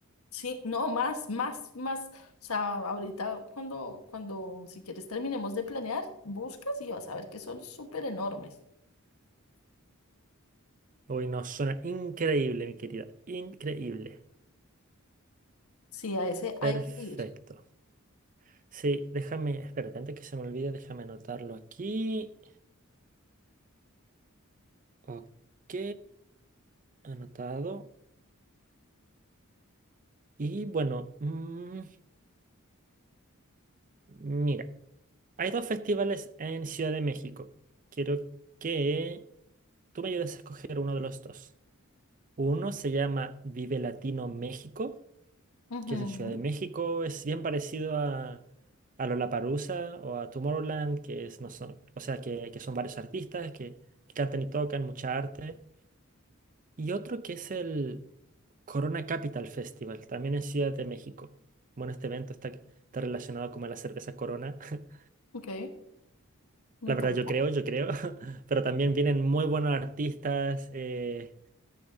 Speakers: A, on the left; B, on the right.
A: Sí, no, más, más, más. O sea, ahorita cuando, cuando, si quieres terminemos de planear, buscas y vas a ver que son súper enormes.
B: Uy, no, suena increíble, mi querida. Increíble.
A: Sí, a ese
B: Perfecto.
A: hay que ir.
B: Sí, déjame, espérate, antes que se me olvide, déjame anotarlo aquí. Ok, anotado. Y bueno, mm, mira, hay dos festivales en Ciudad de México. Quiero que tú me ayudes a escoger uno de los dos. Uno se llama Vive Latino México
A: Ujú,
B: que es en Ciudad de México, es bien parecido a, a Lollapalooza o a Tomorrowland, que es, no son, o sea, que, que son varios artistas que, cantan y tocan mucha arte. Y otro que es el Corona Capital Festival, también en Ciudad de México. Bueno, este evento está, está relacionado como a la cerveza Corona. <laughs>
A: Ok, me
B: La
A: encanta.
B: verdad, yo creo, yo creo. <laughs> Pero también vienen muy buenos artistas eh,